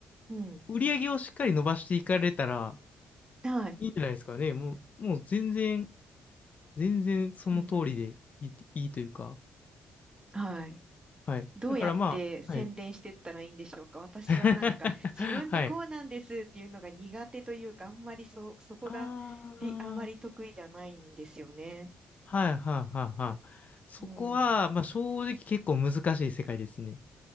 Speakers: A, on the right; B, on the left.
A: うん。
B: 売り上げをしっかり伸ばしていかれたら、
A: はい。
B: いいんじゃないですかね。もう、もう全然、全然その通りでいい、
A: うんうん。
B: いいというか、
A: はい。
B: はい。
A: どうやって宣伝してったらいいんでしょうか。
B: だからまあ、はい。
A: 私はなんか、
B: <laughs>
A: 自分ってこうなんですっていうのが苦手というか、
B: はい。
A: あんまりそ、そこが、
B: ああ、
A: で、あんまり得意じゃないんですよね。
B: はい、はい、はい、はい。そこは、
A: うん。
B: まあ、正直結構難しい世界ですね。